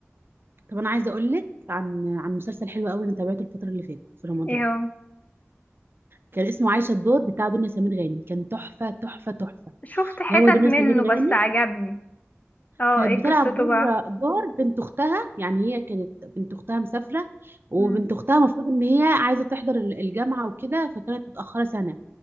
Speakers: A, on the right; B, on the left.
A: طب انا عايزه اقول لك عن عن مسلسل حلو قوي انا تابعته الفتره اللي فاتت في رمضان
B: ايه هو
A: كان اسمه عايشه الدور بتاع دنيا سمير غانم كان تحفه تحفه تحفه
B: شفت حتت
A: اللي هو دنيا
B: منه
A: سمير غانم
B: بس عجبني اه
A: كانت
B: ايه
A: بتلعب
B: قصته
A: دور
B: بقى
A: دور بنت اختها يعني هي كانت بنت اختها مسافره وبنت
B: مم.
A: اختها المفروض ان هي عايزه تحضر ال- الجامعه وكده فكانت متاخره سنه